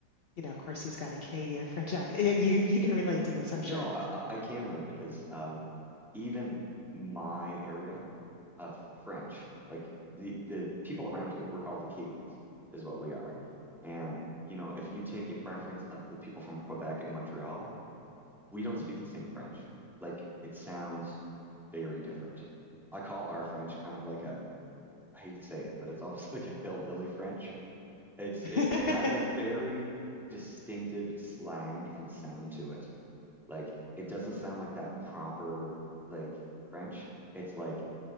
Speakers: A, on the left; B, in the centre.
A: you know, of course, he's got a Canadian French accent. You you can relate to this, I'm
B: No,
A: sure.
B: I I I can though because um even my area of French. Like the the people around here, we're called Acadians, is what we are. And you know, if you take in reference of the people from Quebec and Montreal, we don't speak the same French. Like it sounds very different. I call our French kind of like a, I hate to say it, but it's almost <laughs> like a hillbilly French. It's
A: <laughs>
B: it's it has a very distinctive slang and sound to it. Like it doesn't sound like that proper like French. It's like